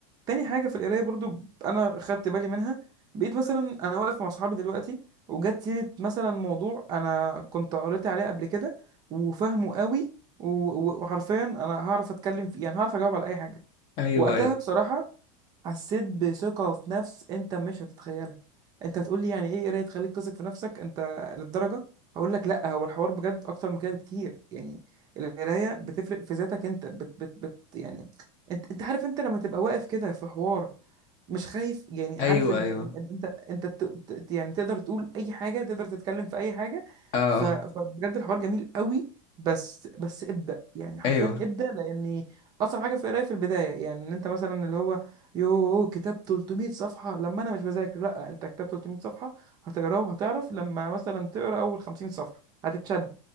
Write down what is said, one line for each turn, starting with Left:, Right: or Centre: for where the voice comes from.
Right: تاني حاجة في القراية برضو أنا خدت بالي منها بقيت مثلا أنا واقف مع صحابي دلوقتي وجت سيرة مثلا موضوع أنا كنت قريت عليه قبل كده وفاهمه قوي و- و- وحرفيا أنا هعرف أتكلم فيه يعني هعرف أجاوب على أي حاجة
Left: أيوه
Right: وقتها
Left: أيوه
Right: بصراحة حسيت بثقة في نفس أنت مش هتتخيلها أنت هتقول لي يعني إيه قراية تخليك تثق في نفسك أنت للدرجة هقول لك لأ هو الحوار بجد أكتر من كده بكتير يعني القراية بتفرق في ذاتك أنت بت بت بت يعني أنت أنت عارف أنت لما تبقى واقف كده في حوار مش خايف يعني
Left: أيوه
Right: عارف انت
Left: أيوه
Right: انت انت, انت ت- ت- يعني تقدر تقول اي حاجه تقدر تتكلم في اي حاجه
Left: أه
Right: ف- فبجد الحوار جميل قوي بس بس ابدا يعني حرفيا
Left: أيوه
Right: ابدا لان اصعب حاجه في القرايه في البدايه يعني ان انت مثلا اللي هو يو كتاب 300 صفحه لما انا مش بذاكر لا انت كتاب 300 صفحه هتقراه وهتعرف لما مثلا تقرا اول 50 صفحه هتتشد